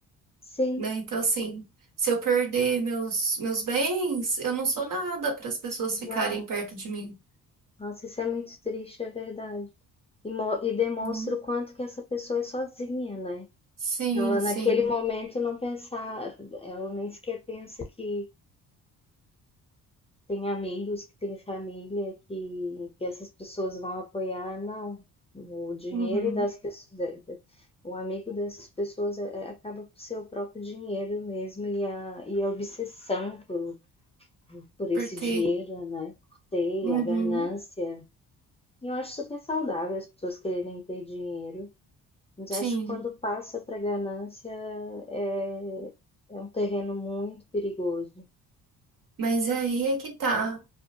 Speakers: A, on the left; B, on the right.
A: sim,
B: né? Então, assim, se eu perder meus, meus bens, eu não sou nada para as pessoas
A: exato.
B: ficarem perto de mim,
A: Nossa, isso é muito triste, é verdade. E, mo- e demonstra
B: né?
A: o quanto que essa pessoa é sozinha, né?
B: Sim,
A: Ela
B: sim.
A: naquele momento não pensar, ela nem sequer pensa que Tem amigos que têm família que, que essas pessoas vão apoiar, não. O dinheiro
B: Uhum.
A: das pessoas, da- da- o amigo dessas pessoas é- é- acaba por ser o próprio dinheiro mesmo e a, e a obsessão por, por esse
B: Por ter.
A: dinheiro, né? Por ter,
B: Uhum,
A: a ganância. E eu acho super saudável as pessoas quererem ter dinheiro, mas
B: sim.
A: acho que quando passa para ganância é, é um terreno muito perigoso.
B: Mas aí é que tá.